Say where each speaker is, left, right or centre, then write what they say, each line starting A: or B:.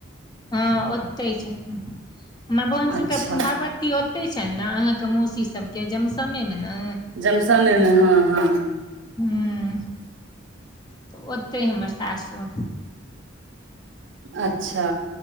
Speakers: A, on the left (about 20°); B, on the right (about 65°).
A: हँ ओते छथि हमर बहिन
B: अच्छा
A: सबके भगवत भगवती ओतहि छन ने अहाँके मौसी सबके जमसमे मे न
B: जमसन ने हँ हँ
A: ह तऽ ओतेह हमर सासुर
B: अच्छा